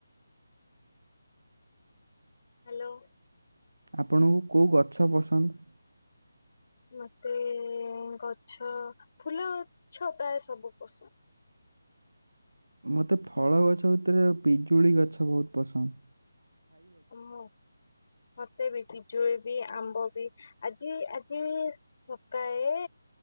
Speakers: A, on the left (about 45°); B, on the right (about 75°).
A: ହାଲୋ।
B: ଆପଣଙ୍କୁ କୋଉ ଗଛ ପସନ୍ଦ?
A: ମତେ ଗଛ ଫୁଲ ଗଛ ପ୍ରାୟେ ସବୁ ପସନ୍ଦ।
B: ମତେ ଫଳ ଗଛ ଭିତରେ ପିଜୁଳି ଗଛ ବହୁତ୍ ପସନ୍ଦ୍।
A: ମ ମତେ ବି ପିଜୁଳି ବି ଆମ୍ବ ବି ଆଜି ଆଜି। ସକାଳେ।